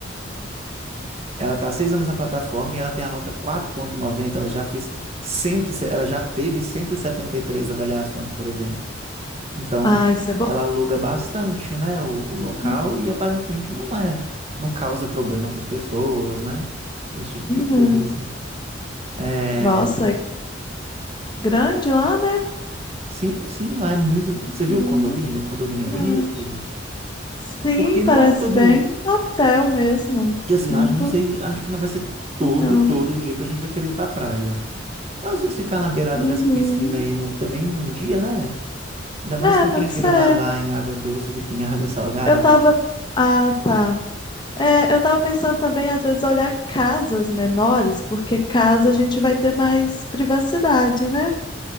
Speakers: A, on the right; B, on the left.
A: ela tá há seis anos na plataforma e ela tem a nota quatro vírgula noventa ela já fez cento ela já teve cento e e setenta e três avaliações, por exemplo. Então,
B: Ah, isso é bom.
A: ela aluga bastante, né, o, o local
B: Uhum.
A: e aparentemente não é, não causa problema para as pessoas, né? Esse tipo
B: Uhum.
A: de coisa. É...
B: Nossa, é grande lá, né?
A: Sim, sim, lá é muito.
B: Hum,
A: Você viu o condomínio?
B: Muito
A: O condomínio é
B: grande.
A: bonito.
B: Sim,
A: Porque
B: parece
A: não é todo.
B: bem um hotel mesmo.
A: Que assim,
B: Muito
A: eu acho, não sei, acho que não vai ser todo,
B: legal.
A: todo dia que a gente vai querer ir pra praia. Às vezes ficar na beirada
B: Uhum.
A: dessa piscina aí no, também um dia, né? Ainda mais
B: É,
A: que eu
B: pode
A: prefiro
B: ser.
A: nadar em água doce do que em <laughs> água salgada.
B: Eu tava. Ah, tá. É, eu tava pensando também, às vezes, olhar casas menores, porque casa a gente vai ter mais privacidade, né?